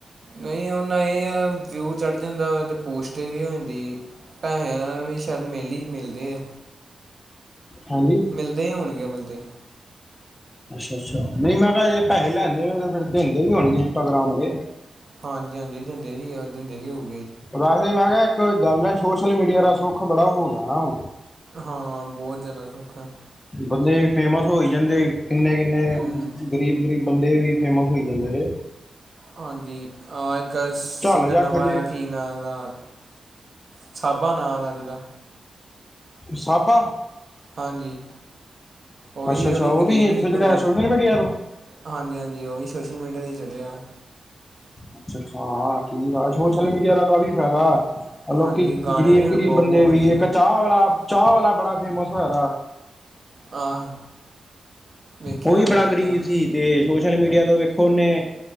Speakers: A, on the right; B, on the left.
A: ਨਹੀਂ ਉਹਨਾਂ, ਇਹ ਆ। ਵਿਊ ਚੜ ਜਾਂਦਾ ਵਾ। ਅਤੇ ਪੋਸਟ ਵੀ ਹੋ ਜਾਂਦੀ। ਪੈਸਿਆਂ ਵੀ ਸ਼ਾਇਦ ਮਿਲ ਹੀ ਮਿਲਦੇ ਆ
B: ਹਾਂਜੀ
A: ਮਿਲਦੇ ਹੀ ਹੋਣਗੇ ਅਬਲ ਤੇ
B: ਅੱਛਾ ਅੱਛਾ ਨਹੀਂ ਮੈਂ ਕਿਹਾ ਜੇੈਸੇ ਲੈਂਦੇ ਹੋ ਤੇ ਫੇਿਰ ਦਿੰਦੇ ਵੀ ਹੋਣਗੇ ਇੰਸਟਾਗ੍ਰਾਮ ਵਾਲੇ
A: ਹਾਂਜੀ ਹਾਂਜੀ ਦਿੰਦੇ ਵੀ ਦਿੰਦੇ ਵੀ ਹੋਊ
B: ਵਸੇ ਮੈਂ ਕਿਹਾ ਇੱਕ ਗੱਲ ਹੈ ਸੋਸ਼ਲ ਮੀਡੀਆ ਦਾ ਸੁੱਖ ਬੜਾ ਹੋ ਗਿਆਾ ਹੁਣ
A: ਹਾਂ, ਬਹੁਤ ਜ਼ਿਆਦਾ ਸੌਖਾ ਹੈ।
B: ਬੰਦੇ ਫੇਮਸ, ਹੋਈ ਜਾਂਦੇ। ਕਿੰਨੇ- ਕਿੰਨੇ,
A: ਹੂੰ
B: ਗ਼ਰੀਬ- ਗਰੀਬ। ਬੰਦੇ ਵੀ, ਫੇਮਸ ਹੋਈ ਜਾਂਦੇ ਨੇ।
A: ਹਾਂਜੀ ਇੱਕ ਸਿੰਗਰ
B: ਝੱਲ ਜਾ
A: ਨਵਾਂ
B: ਖਲੇ
A: ਆਇਆ ਕੀ ਨਾਂ ਦਾ ਸਾਬਾ ਨਾਂ ਦਾ ਜਿਹਦਾ
B: ਸਭਾ
A: ਹਾਂਜੀ ਉਹ ਵੀ
B: ਅੱਛਾ ਅੱਛਾ
A: ਉਹ ਵੀ ਗਰੀਬ
B: ਇੱਥੇ
A: ਸੀ ਪਹਿਲਾਂ
B: ਜਿਹੜਾ ਸੋਸ਼ਲ ਮੀਡੀਆ ਤੋਂ
A: ਹਾਂਜੀ ਹਾਂਜੀ ਉਹ ਵੀ ਸੋਸ਼ਲ ਮੀਡੀਆ 'ਤੇ ਹੀ ਚੜ੍ਹਿਆ ਆ
B: ਅੱਛਾ ਅੱਛਾ ਹਾਂ ਠੀਕ ਆ ਸੋਸ਼ਲ
A: ਹੂੰ
B: ਮੀਡੀਆ ਦਾ ਕਾਫ਼ੀ ਫਾਇਦਾ
A: ਹਾਂਜੀ
B: ਲੋਕੀ
A: ਗਾਣੇ
B: ਗ਼ਰੀਬ
A: ਵੀ ਹੁਣ
B: ਗ਼ਰੀਬ
A: ਬਹੁਤ
B: ਬੰਦੇ
A: ਬਹੁਤ
B: ਵੀ
A: ਵਧੀਆ
B: ਇੱਕ ਚਾਹ ਵਾਲਾ ਚਾਹ ਵਾਲਾ ਬੜਾ ਫੇਮਸ ਹੋਇਆ
A: ਆਹ ਵੇਖਿਆ
B: ਉਹ
A: ਮੈਂ
B: ਬੜਾ
A: ਵੀ
B: ਗਰੀਬ
A: ਜਾ
B: ਸੀ ਤੇ ਸੋਸ਼ਲ ਮੀਡੀਆ ਤੋਂ ਵੇਖੋ ਉਹਨੇ